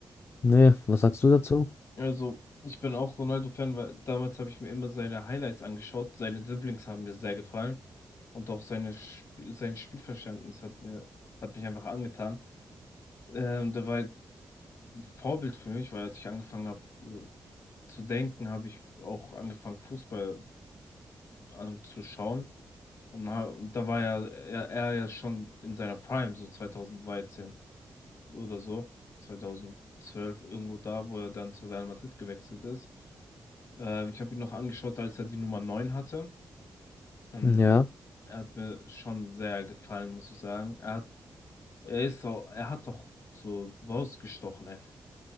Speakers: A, on the left (about 40°); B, on the left (about 60°).
A: Nee, was sagst du dazu?
B: Also, ich bin auch Ronaldo-Fan, weil damals habe ich mir immer seine Highlights angeschaut. Seine Dribblings haben mir sehr gefallen. Und auch seine Sp sein Spielverständnis hat mir, hat mich einfach angetan. Ähm, der war halt ein Vorbild für mich, weil als ich angefangen habe äh, zu denken, habe ich auch angefangen, Fußball anzuschauen. Und, ha- und da war ja er, er ja schon in seiner Prime, so 2013. oder so, 2012 irgendwo da, wo er dann zu Real Madrid gewechselt ist. Ähm, ich habe ihn noch angeschaut, als er die Nummer 9 hatte. Und
A: Ja,
B: er hat mir schon sehr gefallen, muss ich sagen. Er hat, er ist so, er hat doch so rausgestochen einfach.